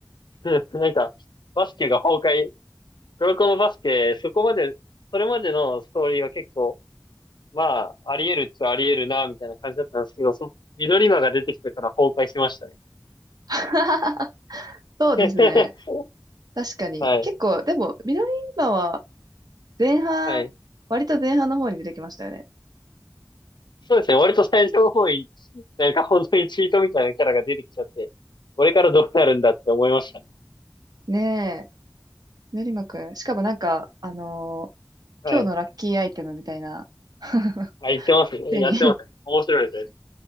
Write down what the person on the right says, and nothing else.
<laughs> そうですね。
確かに。
結構、でも、ミドリンバは前半、
割と前半の方に出てきましたよね。
ねえ、ミドリンバくん。しかもなんか、あのー
今日のラッキーアイテムみたいな、<laughs>
手に